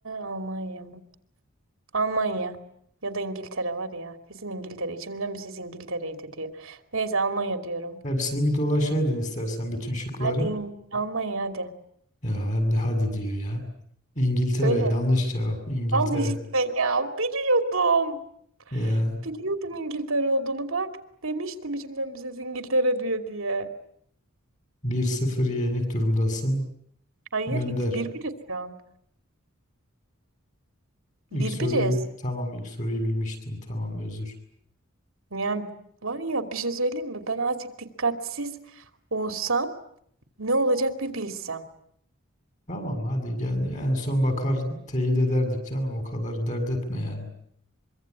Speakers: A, on the right; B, on the left.
A: Almanya mı? Almanya. Ya da İngiltere var ya. Kesin İngiltere. İçimden bir ses İngiltere'ydi diyor. Neyse Almanya diyorum.
B: Hepsini bir dolaşaydın istersen bütün şıkları.
A: Hadi İng- Almanya hadi.
B: Ya hem de hadi diyor ya. İngiltere
A: Söyle.
B: yanlış cevap. İngiltere.
A: Al işte ya. Biliyordum.
B: Ya
A: Biliyordum İngiltere olduğunu bak. Demiştim içimden bize İngiltere diyor diye.
B: bir sıfır yenik durumdasın.
A: Hayır
B: Gönder.
A: iki, birbiriz şu an.
B: İlk
A: Birbiriz.
B: soruyu tamam ilk soruyu bilmiştin. Tamam özür.
A: Yani var ya bir şey söyleyeyim mi? Ben azıcık dikkatsiz olsam ne olacak bir bilsem.
B: Tamam hadi gel. En son bakar teyit ederdik canım. O kadar dert etme yani.